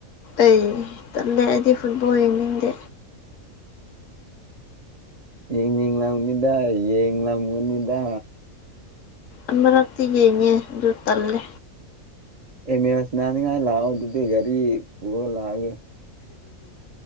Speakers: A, on the left (about 65°); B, on the right (about 70°).
A: ꯑꯩ ꯇꯜꯂꯦ ꯑꯩꯗꯤ ꯐꯨꯠꯕꯣꯜ ꯌꯦꯅꯤꯡꯗꯦ
B: ꯌꯦꯡꯅꯤꯡ ꯂꯝꯅꯤꯗ ꯌꯦꯡ ꯂꯝꯒꯅꯤꯗ
A: ꯑꯃꯔꯛꯇꯤ ꯌꯦꯡꯉꯦ ꯑꯗꯨ ꯇꯜꯂꯦ
B: ꯑꯦ ꯃꯦꯜ ꯁꯅꯥꯅꯤꯡꯉꯥꯏ ꯂꯥꯛꯑꯣ ꯑꯗꯨꯗꯤ ꯒꯥꯔꯤ ꯄꯨꯔꯒ ꯂꯥꯛꯑꯒꯦ꯫